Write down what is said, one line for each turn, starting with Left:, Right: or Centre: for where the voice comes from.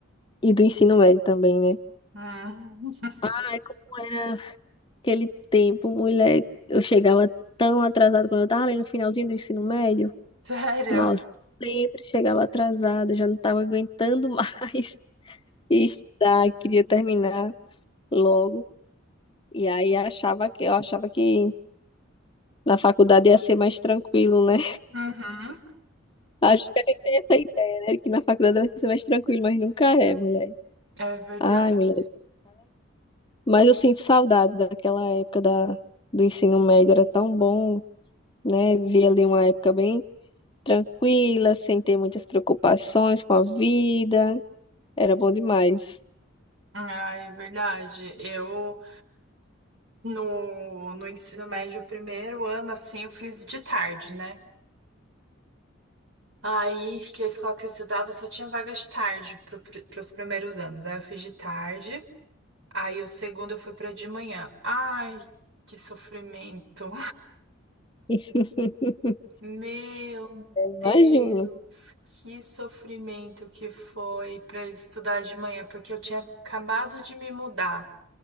Left: e do ensino médio também, né?
Right: Uhum. <laughs>
Left: Ai, como era aquele tempo, mulher. Eu chegava tão atrasada quando eu tava ali no finalzinho do ensino médio.
Right: Sério?
Left: Nossa, sempre chegava atrasada, já não tava aguentando <laughs> mais estudar, queria terminar logo. E aí achava que eu achava que na faculdade ia ser mais tranquilo, né?
Right: Uhum.
Left: Acho que a gente tem essa ideia, né? Que na faculdade vai ser mais tranquilo, mas nunca é, mulher.
Right: É verdade.
Left: Ai, mulher. Mas eu sinto saudades daquela época da, do ensino médio, era tão bom, né? Viver ali uma época bem tranquila, sem ter muitas preocupações com a vida. Era bom demais.
Right: Ah, é verdade. Eu, no, no ensino médio, primeiro ano, assim, eu fiz de tarde, né? Aí, que a escola que eu estudava só tinha vaga de tarde para os primeiros anos. Aí eu fiz de tarde. Aí o segundo eu fui pra de manhã. Ai, que sofrimento.
Left: <laughs>
Right: Meu
Left: Imagino.
Right: Deus, que sofrimento que foi para estudar de manhã, porque eu tinha acabado de me mudar.